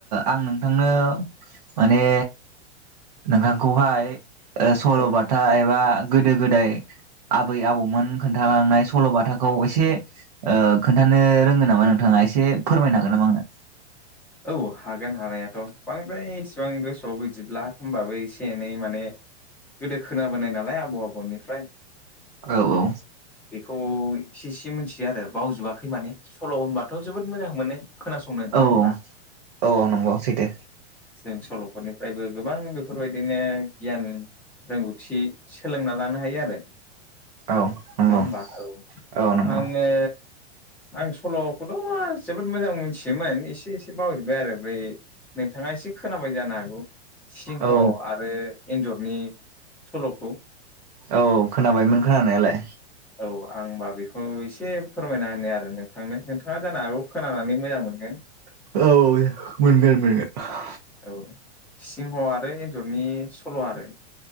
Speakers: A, on the right; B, in the centre.
A: आं नोंथांनो माने नोंथांखौहाय सल'बाथा
B: औ
A: एबा गोदो गोदाय आबै आबौमोन खोन्थालांनाय सल'बाथाखौ एसे खोन्थानो रोङो नामा नोंथाङा एसे फोरमायनो हागोन नामा आंनो?
B: औ हागोन हानायाथ' बांद्राय इसिबां गोसोआव बिदिब्ला होमबाबो एसे एनै माने गोदो खोनाबोनाय नालाय आबौ आबौनिफ्राय।
A: औ औ
B: बेखौ इसे इसे मिथियो आरो बावजोबाखै माने सल' होनबाथ' जोबोद मोजां मोनो खोनासंनो नङा
A: औ
B: होनोमबा?
A: औ नंगौ सैथो
B: जों सल'फोरनिफ्रायबो गोबां बेफोरबायदिनो गियान रोंगौथि। सोलोंना लानो हायो आरो
A: औ नंगौ
B: नङा हबा औ
A: औ नंगौ
B: आङो आं सल'खौथ' जोबोद मोजां मोनथियोमोन एसे एसे - एसे बावजोब्बाय आरो बै नोंथाङा एसे खोनाबाय जानो हागौ सिंह
A: औ
B: आरो एन्जरनि सल'खौ
A: औ खोनाबायमोन खोनानायालाय।
B: औ आं होनबा बेखौ एसे फोरमायना होनो आरो नोंथांनो नोंथाङा जानो हागौ खोनानानै मोजां मोनगोन।
A: औ मोनगोन मोनगोन
B: औ सिंह आरो एन्जरनि सल' आरो